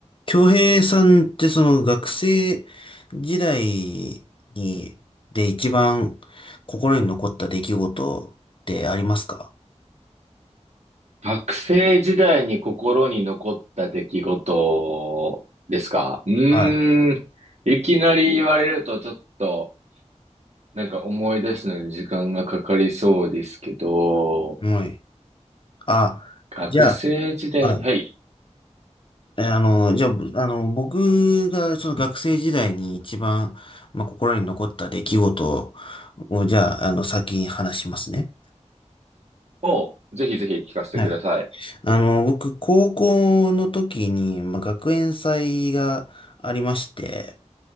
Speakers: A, on the left; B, on the right.
A: 京平さんってその学生時代に、で一番心に残った出来事ってありますか
B: 学生時代に心に残った出来事ですかうーん。
A: は
B: いきなり言われるとちょっと、なんか思い出すのに時間がかかりそうですけど、
A: い。はい。あ、
B: 学生時代に、
A: じゃあ、はい。
B: はい。
A: えあの、じゃあ、あの、僕がその学生時代に一番、まあ、心に残った出来事を、じゃあ、あの、先に話しますね。
B: をぜひぜひ聞かせてください。
A: はい。あの、僕、高校の時に、まあ、学園祭がありまして、